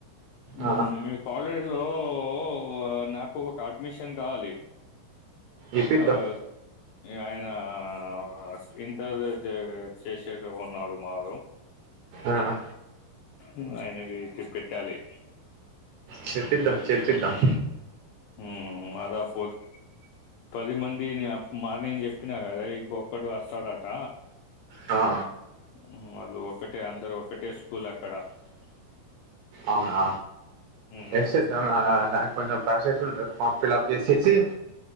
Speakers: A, on the left (about 80°); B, on the right (about 75°).
A: ఉమ్మ్
B: ఆ
A: మీ కాలేజ్ లో ఓ ఓ నాకు ఒక అడ్మిషన్ కావాలి
B: ఇప్పిద్దాం
A: అవ్ ఆయన అ ఇంటర్ వరకే చేస్ <inaudible> చేశెగ ఉన్నాడు మారు
B: అ ఆ
A: ఉమ్ అయిన ఇవి చుపెట్టాలి
B: చెర్పిద్దాం చెర్పిద్దాం
A: ఉమ్ మాదాపుర్ పది మందిని అప్ మార్నింగ్ చెప్ ప్పిన గదా ఇంకోక్కడు అస్తడట
B: హా
A: ఉమ్ వాళ్ళు ఒకటే అందరు ఒకటే స్కూల్ అక్కడ
B: అవునా
A: ఉమ్,
B: ఎసెద్దామ్ ఆ ఆ నాకు కొంచెం ప్రాసెస్ ఉంటద్ ఫామ్ ఫిల్అప్ చేసేసి